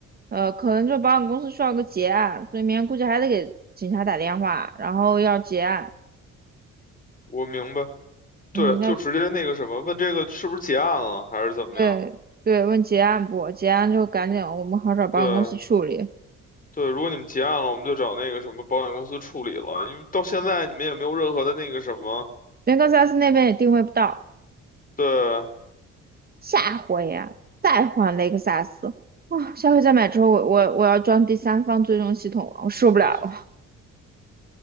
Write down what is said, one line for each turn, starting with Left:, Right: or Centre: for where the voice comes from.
Right: 呃，可能就保险公司需要个结案，所以明天估计还得给警察打电话，然后要结案。
Left: 我明白，
Right: 嗯，
Left: 对，就直接那个什么，
Right: 要
Left: 问这个是不是结案了，还是怎么样？
Right: 对对，问结案不？结案就赶紧我们好找保险公司处理，
Left: 对。对，如果你们结案了，我们就找那个什么保险公司处理了，因为到现在你们也没有任何的那个什么。
Right: 连克萨斯那边也定位不到。
Left: 对，
Right: 下回呀、再换雷克萨斯啊！下回再买之后，我我我要装第三方追踪系统了，我受不了了。
Left: 那